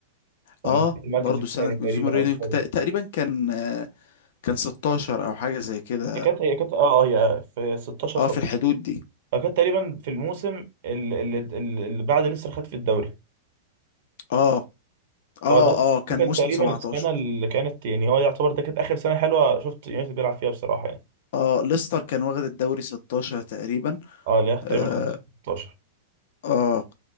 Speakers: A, on the right (about 60°); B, on the left (about 65°).
A: لما
B: اه
A: كان المركز
B: برضو
A: الثاني
B: سنة جوزيه
A: تقريبا
B: مورينيو
A: او الثالث
B: كت- تقريبا كان آه، كان 16 او حاجة زي كده
A: هي كانت هي كانت اه اه هي في 16
B: اه
A: 17
B: في الحدود دي
A: كانت تقريبا في الموسم اللي, اللي, اللي بعد لسه خد في الدوري
B: اه اه
A: هو ده
B: اه كان
A: ده كان
B: موسم
A: تقريبا
B: 17
A: السنه اللي كانت يعني هو يعتبر ده كانت اخر سنه حلوه شفت يونايتد بيلعب فيها بصراحه يعني
B: اه ليستر كان واخد الدوري 16 تقريبا
A: اه اللي هي تقريبا
B: آه
A: 15 16
B: اه